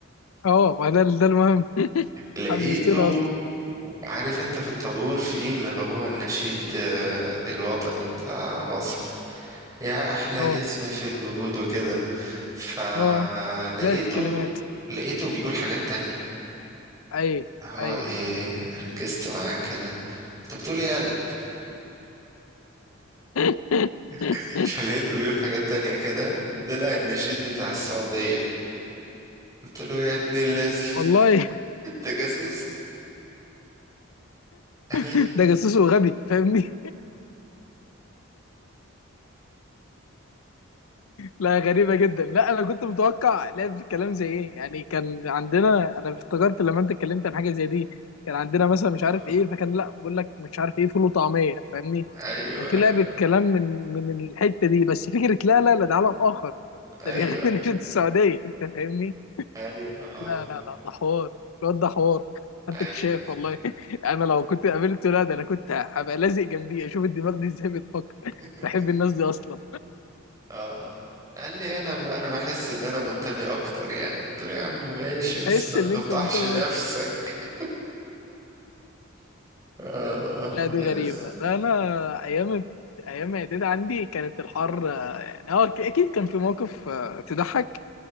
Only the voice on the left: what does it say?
اه ما ده ده المهم <laughs>
حمستنا اصلا
اه
اه لا في كلمات
ايوه
ايوه
<laughs>
والله
<laughs> ده جاسوس وغبي فاهمني لا غريبة جدا لا أنا كنت متوقع لا في الكلام زي إيه يعني كان عندنا أنا افتكرت لما أنت اتكلمت عن حاجة زي دي كان عندنا مثلا مش عارف
إيه فكان لا بقول لك مش عارف إيه فول وطعمية فاهمني
كان في لعبة كلام من من الحتة دي بس فكرة لا لا لا ده عالم آخر
ده بيغني نشيد السعودية أنت فاهمني
لا لا لا ده حوار الواد ده حوار أنت
اكتشاف والله <laughs> أنا لو كنت قابلته لا ده أنا كنت هبقى لازق جنبيه أشوف الدماغ دي إزاي بتفكر <laughs>
بحب الناس دي أصلا
تحس
ان
انت منتمي
لا دي
غريبة لا أنا أيام أيام إعدادي عندي كانت الحر آه، يعني هو أك- أكيد كان في مواقف آه، تضحك